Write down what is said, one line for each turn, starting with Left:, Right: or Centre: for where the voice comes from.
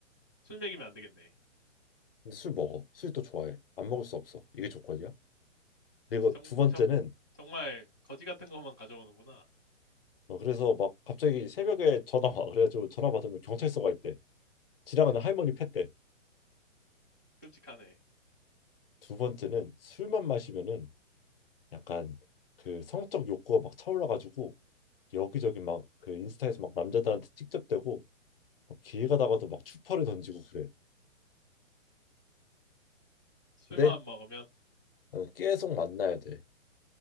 Right: 술 먹이면 안 되겠네.
Left: 근데 술 먹어. 술 또 좋아해. 안 먹을 수 없어. 이게 조건이야. 그리고
Right: 정,
Left: 두 번째는
Right: 정, 정말 거지 같은 것만 가져오는구나.
Left: 어, 그래서 막 갑자기 새벽에 전화 와. 그래가지고 전화 받으면 경찰서가 있대. 지나가는
Right: 형,
Left: 할머니 팻대.
Right: 끔찍하네.
Left: 두 번째는 술만 마시면은 약간 그 성적 욕구가 막 차올라가지고 여기저기 막 그 인스타에서 막 남자들한테 직접대고 막 길 가다가도 막 추파를 던지고 그래.
Right: 술만
Left: 근데
Right: 먹으면.
Left: 어, 계속 만나야 돼.